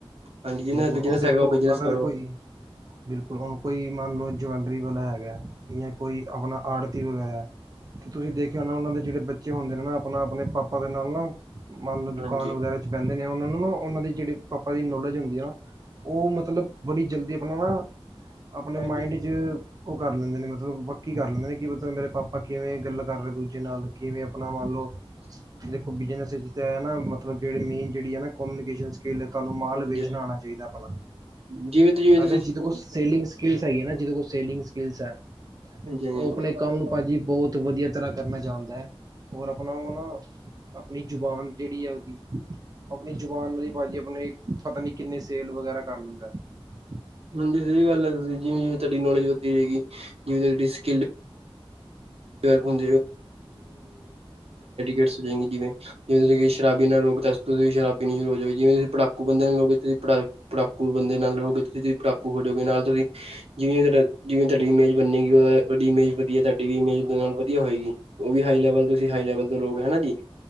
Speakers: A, on the right; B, on the right.
A: ਹਾਂਜੀ ਜਿਹਨਾਂ
B: ਬਿਲਕੁਲ
A: ਦਾ ਬਿਜਨਸ
B: ਹੁਣ ਦੇਖੋ
A: ਹੈਗਾ ਉਹ ਬਿਜਨਸ
B: ਅਗਰ
A: ਕਰੋ
B: ਕੋਈ ਬਿਲਕੁਲ ਉਹਨੂੰ ਕੋਈ ਮੰਨ ਲਓ ਜਵੈਲਰੀ ਵਾਲਾ ਹੈਗਾ ਜ ਕੋਈ ਆਪਣਾ ਆੜਤੀ ਵਗੈਰਾ ਤੇ ਤੁਸੀਂ ਦੇਖਿਆ ਹੋ ਨਾ ਉਹਨਾਂ ਦੇ ਜਿਹੜੇ ਬੱਚੇ ਹੁੰਦੇ ਨੇ ਨਾ ਆਪਣਾ ਆਪਣੇ ਪਾਪਾ ਦੇ ਨਾਲ ਨਾ ਮੰਨ ਲਓ ਦੁਕਾਨ
A: ਹਾਂਜੀ
B: ਵਗੈਰਾ ਚ ਪਹਿੰਦੇ ਨੇ ਉਹਨਾਂ ਨੂੰ ਉਹਨਾਂ ਦੀ ਜਿਹੜੀ ਪਾਪਾ ਦੀ ਨੌਲੇਜ ਹੁੰਦੀ ਆ ਨਾ ਉਹ ਮਤਲਬ ਬੜੀ ਜਲਦੀ ਆਪਣਾ ਨਾ ਆਪਣੇ
A: ਜੀ
B: ਮਾਇੰਡ ਚ ਉਹ ਕਰ ਲੈਂਦੇ ਨੇ ਮਤਲਬ ਵੱਕੀ ਕਰ ਲੈਂਦੇ ਨੇ ਕਿ ਮਤਲਬ ਮੇਰੇ ਪਾਪਾ ਆਪਾਂ ਕਿਵੇਂ ਗੱਲ ਕਰ ਰਹੇ ਦੂਜੇ ਨਾਲ ਕਿਵੇਂ ਆਪਣਾ ਮੰਨ ਲਓ ਦੇਖੋ ਬਿਜਨਸ ਮਤਲਬ ਜਿਹੜ ਮੇਨ ਜਿਹੜ ਨਾਨੀਕੇ ਕੇਲੇ ਤੁਹਾਨੂੰ ਮਾਲ
A: ਹਾਂਜੀ
B: ਵੇਚਣਾ ਆਉਣਾ ਚਾਹੀਦਾ ਆਪਣਾ
A: ਜਿਵੇਂ ਜਿਵੇਂ ਤੁਸੀਂ
B: ਅਗਰ ਜਿਤ
A: ਹਾਂਜੀ
B: ਕੋ ਸੇਲਿੰਗ ਸਕਕਿਲਸ ਹੈ ਹੈ ਨਾ ਜਿ ਕੋ ਸੇਲਿੰਗ ਸਕਕਿਲਸ ਹੈ
A: ਹਾਂਜੀ
B: ਉਹ ਆਪਣੇ ਕੰਮ ਨੂੰ ਭਾਜੀ ਬਹੁਤ ਵਧੀਆ ਤਰ੍ਹਾਂ ਕਰਨਾ ਚਾਹੁੰਦਾ ਹੈ ਹੋਰ ਆਪਣਾ ਉਹ ਨਾ ਆਪਣੀ ਜ਼ੁਬਾਨ ਜਿਹੜੀ ਹੈ ਉਹਦੀ ਆਪਣੀ ਜ਼ੁਬਾਨ ਉਹਦੀ ਬਾਾਜੀ ਆਪਣੇ ਪਤਾ ਨੀ ਕਿੰਨੇ ਸੇਲ ਵਗੈਰਾ ਕਰ ਲੈਂਦਾ ਹੈ
A: ਹਾਂਜੀ ਸਹੀ ਗੱਲ ਹੈ ਤੁਸੀਂ ਜਿਵੇਂ ਜਿਵੇਂ ਤੁਹਾਡੀ ਨੌਲੇਜ ਵਧਦੀ ਰਹੇਗੀ ਜਿਵੇਂ ਤੁਹਾਡੀ ਸਕਿੱਲ ਤੁਸੀਂ ਰੋਗੇ ਘਡੀ ਜਿਵੇਂ ਜਿਵੇਂ ਤੁਸੀਂ ਸ਼ਰਾਬੀ ਨਾਲ ਰੋ ਸੀਂ ਸ਼ਰਾਬ ਪੀਣੀ ਸ਼ੁਰੂ ਹੋ ਜਾਵੇ ਜਿਵੇਂਸੀਂ ਪੜਾਕੂ ਬੰਦੇ ਨਾਲ ਲੋਕ ਇੱਥੇ ਪ ਪੜਾਕੂੰਦੇ ਨਾਲ ਲੋਕ ਇੱਥੇਸੀਂ ਚਕੂ ਹੋ ਜਾੂਗੀ ਨਾਲ ਤੁਸੀਂ ਜਿਵੇਂ ਤੁ ਜਿਵੇਂ ਤੁਹਾਡੀ ਇਮੇਜ ਬੰਨੇਗੀ ਉਹਡੀ ਇਮੇਜ ਵਧੀਆ ਤੁਹਾਡੀ ਵੀ ਇੇਜ ਵਧੀਆ ਹੋਏਗੀ ਉਹ ਵੀ ਹਾਈ ਲੈਵਲ ਤੋਂ ਤੁਸੀਂ ਹਾਈ ਲੈਵਲ ਤੋਂ ਲੋਕ ਹਨਾ ਜੀ